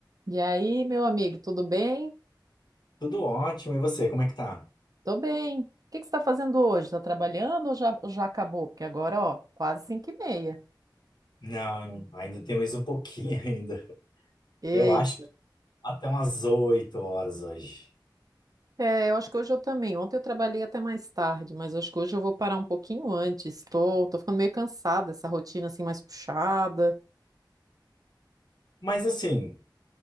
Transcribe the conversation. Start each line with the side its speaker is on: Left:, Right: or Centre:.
Right: E aí, meu amigo, tudo bem?
Left: Tudo ótimo, e você, como é que tá?
Right: Tô bem. O que que você está fazendo hoje? Está trabalhando ou já, ou já acabou? Porque agora, ó, quase cinco e meia.
Left: Não, ainda tem mais um pouquinho <laughs> ainda.
Right: Ei,
Left: Eu acho que até umas 8 horas hoje.
Right: É, eu acho que hoje eu também. Ontem eu trabalhei até mais tarde, mas acho que hoje eu vou parar um pouquinho antes. Tô, tô ficando meio cansada, essa rotina assim mais puxada.
Left: Mas assim,